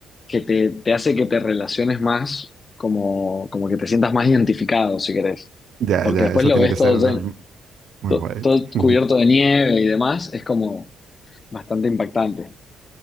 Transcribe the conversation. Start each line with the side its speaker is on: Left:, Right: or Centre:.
Left: que te, te hace que te relaciones más, como, como que te sientas más identificado, si querés.
Right: ya,
Left: Porque
Right: ya,
Left: después
Right: eso
Left: lo
Right: tiene
Left: ves
Right: que
Left: todo,
Right: ser
Left: llen-
Right: muy
Left: to-
Right: guay.
Left: todo
Right: <laughs>
Left: cubierto de nieve y demás, es como bastante impactante.